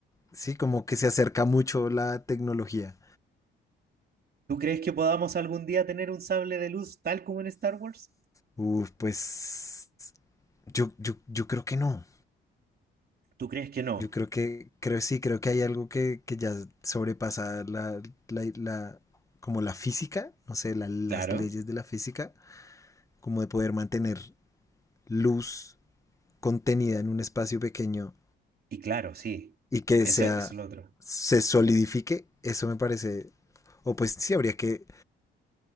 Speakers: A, on the left; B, on the right.
A: Sí, como que se acerca mucho la tecnología.
B: ¿Tú crees que podamos algún día tener un sable de luz tal como en Star Wars?
A: Uf, pues yo, yo, yo creo que no.
B: ¿Tú crees que no?
A: Yo creo que, creo sí, creo que hay algo que, que ya sobrepasa la, la, la- como la física, no sé, la- las
B: Claro.
A: leyes de la física, como de poder mantener luz contenida en un espacio pequeño
B: Y claro, sí,
A: y que
B: eso
A: sea,
B: eso es lo otro.
A: se solidifique, eso me parece, o pues sí, habría que